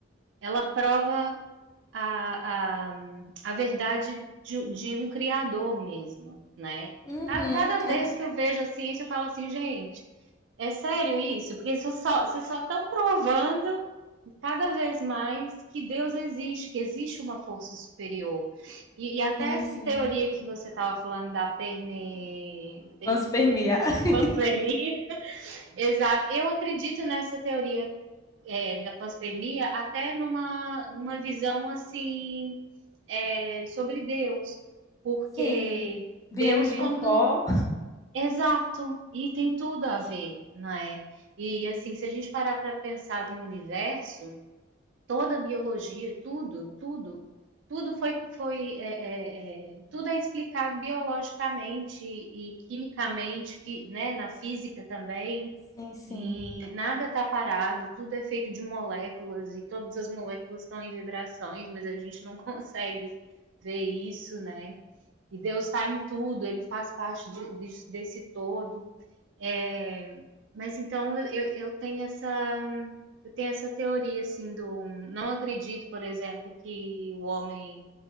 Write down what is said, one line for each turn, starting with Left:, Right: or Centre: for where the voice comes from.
Right: ela prova a, a, a verdade de, de um criador mesmo, né?
Left: Uhum,
Right: Ca- Cada vez
Left: é,
Right: que eu vejo a ciência, eu falo assim, gente, é sério isso? Porque vocês só, vocês só estão provando cada vez mais que Deus existe, que existe uma força superior. E, e até
Left: sim,
Right: essa
Left: sim.
Right: teoria que você estava falando da perne... per-
Left: Panspermia.
Right: <laughs>
Left: <laughs>
Right: panpania, exato, eu acredito nessa teoria é, da pós-pandemia, até numa, numa visão assim é, sobre Deus, porque
Left: Sim, viemos
Right: Deus quando
Left: do pó.
Right: exato e tem tudo a ver, não é? E assim, se a gente parar para pensar no universo, toda a biologia, tudo, tudo, tudo foi, foi é, é, é, tudo é explicado biologicamente e quimicamente, fi- né, na física também.
Left: Sim, sim.
Right: E nada está parado, tudo é feito de moléculas e todas as moléculas estão em vibrações, mas a gente não <laughs> consegue ver isso, né? E Deus está em tudo, Ele faz parte de, de, desse todo. É, mas então eu, eu tenho essa eu tenho essa teoria assim do não acredito, por exemplo, que o homem